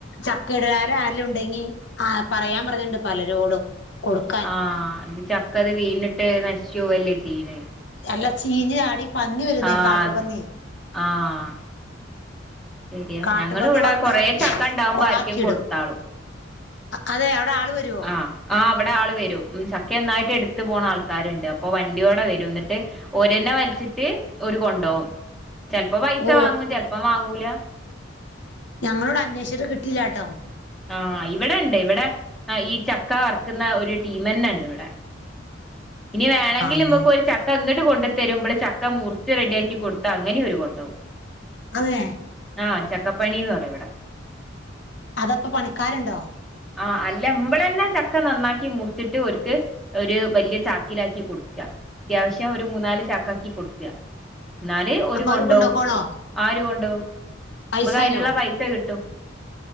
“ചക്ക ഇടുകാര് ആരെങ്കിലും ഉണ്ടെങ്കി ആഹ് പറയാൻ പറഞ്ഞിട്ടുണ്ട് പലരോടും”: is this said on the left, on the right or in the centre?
Left